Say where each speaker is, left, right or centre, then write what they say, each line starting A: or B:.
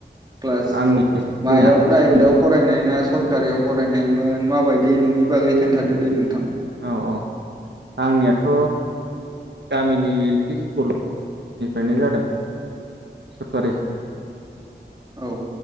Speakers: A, on the right; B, on the right.
A: क्लास
B: आंनि स्टारटिंआ
A: मायाव प्राइभेटाव फरायनाय ना सरकारियाव फरायनायमोन माबायदि नोंनि बागै खोन्थादों दे दे नोंथां
B: औ औ आंनियाथ गामिनि एल पि स्कुल निफ्रायनो जादों सरकारि ।
A: औ